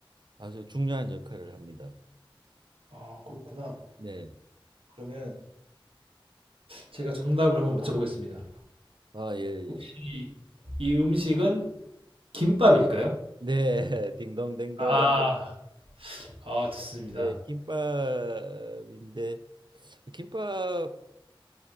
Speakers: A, on the right; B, on the right.
A: 아주 중요한 역할을 합니다.
B: 아 그렇구나.
A: 네.
B: 그러면 제가 정답을 한번 맞춰보겠습니다.
A: 아, 예,
B: 혹시
A: 예.
B: 이 음식은 김밥일까요?
A: 네, <laughs> 딩동댕동.
B: 아, 아 좋습니다.
A: 네, 김밥인데 김밥이